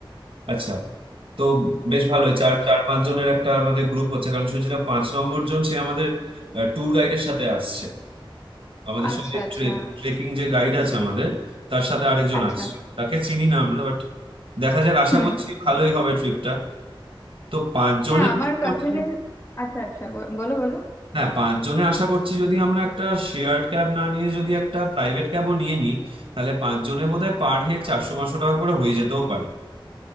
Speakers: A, on the right (about 80°); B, on the left (about 35°).
A: আচ্ছা তো বেশ ভালোই চার চার পাঁচ জনের একটা আমাদের গ্রুপ হচ্ছে কারণ শুনছিলাম পাঁচ নম্বর জন সে আমাদের ট্যুর গাইডের সাথে আসছে আমাদের
B: আচ্ছা
A: সঙ্গে
B: আচ্ছা
A: ট্রেকিং যে গাইড আছে আমাদের তার সাথে আরেকজন
B: আচ্ছা
A: আসছে তাকে চিনি না আমরা বাট দেখা যাক আশা
B: হুম
A: করছি ভালোই হবে ট্রিপটা তো পাঁচজনের
B: হ্যাঁ আমার কাজিনের
A: করছি
B: আচ্ছা আচ্ছা ব- বলো বলো
A: হ্যাঁ পাঁচজনে আশা করছি যদি আমরা একটা শেয়ার্ড ক্যাব না নিয়ে যদি একটা প্রাইভেট ক্যাবও নিয়ে নিই তাহলে পাঁচজনে বোধহয় পার হেড চারশো পাঁচশো টাকা করে হয়ে যেতেও পারে